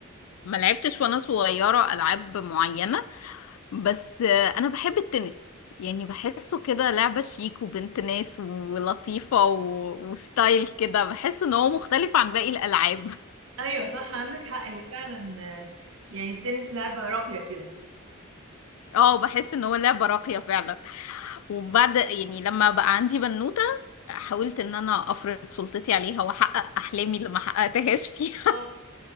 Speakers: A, on the left (about 85°); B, on the right (about 70°).
A: ما لعبتش وانا صغيره العاب معينه بس انا بحب التنس يعني بحسه كده لعبه شيك وبنت ناس ولطيفه و... وستايل كده بحس ان هو مختلف عن باقي الالعاب <laughs>
B: أيوة صح عندك حق هي فعلا آه، يعني التنس لعبة راقية كده
A: اه بحس ان هو لعبه راقيه فعلا وبعد يعني لما بقى عندي بنوته حاولت ان انا افرض سلطتي عليها واحقق احلامي اللي ما حققتهاش فيها
B: آه.